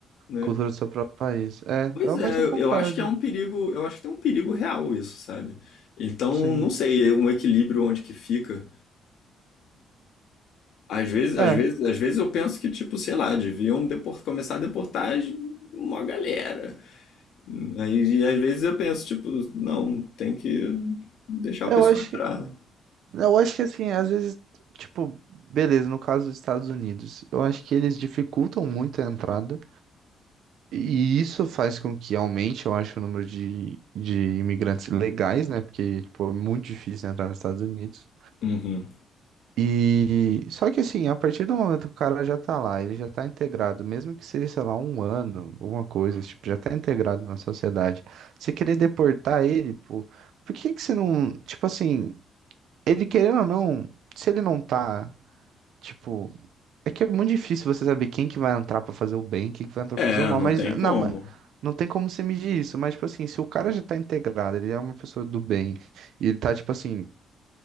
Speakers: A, on the left; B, on the right.
A: né?
B: Cultura do seu próprio país. É,
A: Pois
B: eu-
A: é,
B: mas eu
A: eu-
B: concordo,
A: eu acho que é um perigo, eu acho que tem um perigo real isso, sabe? Então,
B: sim.
A: não sei, é um equilíbrio onde que fica. Às vezes,
B: É,
A: às vezes, às vezes eu penso que, tipo, sei lá, deviam depor- começar a deportar uma galera. Aí, e às vezes eu penso, tipo, não, tem que deixar o
B: eu
A: pessoal
B: acho
A: entrar.
B: que, eu acho que assim, às vezes, tipo, beleza, no caso dos Estados Unidos, eu acho que eles dificultam muito a entrada, e isso faz com que aumente, eu acho, o número de, de imigrantes legais, né? Porque, tipo, é muito difícil entrar nos Estados Unidos.
A: Uhum.
B: E só que assim, a partir do momento que o cara já tá lá, ele já tá integrado, mesmo que seja, sei lá, um ano, alguma coisa, tipo, já tá integrado na sociedade. Você querer deportar ele, pô, por que que você não, tipo assim, ele querendo ou não, se ele não tá, tipo, é que é muito difícil você saber quem que vai entrar pra fazer o bem, quem que vai entrar
A: É,
B: pra fazer o mal,
A: não
B: mas
A: tem
B: na
A: como.
B: ma- não tem como você medir isso, mas tipo assim, se o cara já tá integrado, ele é uma pessoa do bem, e ele tá tipo assim,